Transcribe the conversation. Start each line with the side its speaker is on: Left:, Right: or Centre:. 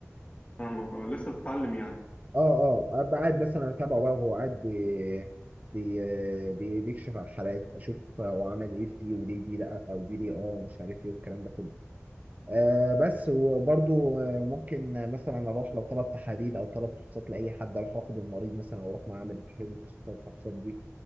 Left: فاهمك اه لسه بتتعلم يعني
Right: اه اه ابقى قاعد مثلا اتابعه بقى وهو قاعد بي بي بي- بيكشف على الحالات اشوف هو عمل ايه في دي وليه دي لا او دي ليه اه مش عارف ايه والكلام ده كله آه بس وبرضو آه، ممكن مثلا اروح لو طلب تحاليل او طلب فحوصات لاي حد اروح واخد المريض مثلا واروح معاه اعمل تحليل الفحوصات الفحوصات دي